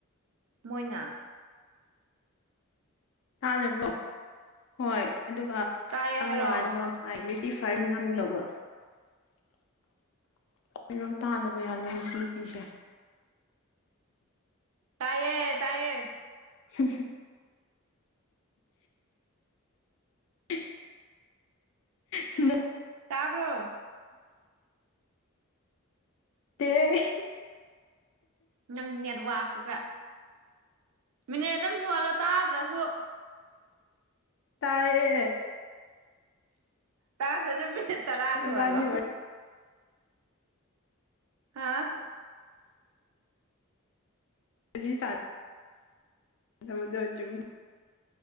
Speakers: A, on the right; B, on the left.
A: ꯃꯣꯏꯅ
B: ꯊꯥꯖꯕ꯭ꯔꯣ ꯍꯣꯏ ꯑꯗꯨꯒ
A: ꯇꯥꯏꯌꯦ
B: ꯆꯪꯕꯀꯣ
A: ꯍꯥꯏꯔꯛꯑꯣ
B: ꯑꯩ ꯔꯤꯇꯐꯔ ꯅꯝꯂꯕ ꯑꯔꯣ ꯇꯥꯗꯕ ꯌꯥꯂꯣ ꯉꯁꯤ ꯅꯨꯄꯤꯁꯦ
A: ꯇꯥꯏꯌꯦ ꯇꯥꯏꯌꯦ
B: ꯁꯨ <unintelligible> ꯎ
A: ꯇꯥꯕꯔꯣ꯫
B: ꯑꯦ
A: ꯅꯪ ꯅꯦꯠꯋꯥꯛꯇꯨꯒ ꯃꯤꯅꯤꯠ ꯑꯗꯨꯝ ꯁꯨꯍꯜꯂꯣ ꯇꯥꯗ꯭ꯔꯁꯨ
B: ꯇꯥꯏꯌꯦ
A: <unintelligible> ꯇꯂꯥꯥꯁꯨꯂꯣ
B: ꯏꯕꯥꯅꯤ ꯋꯥꯔꯤ
A: ꯍꯥꯥ
B: <unintelligible>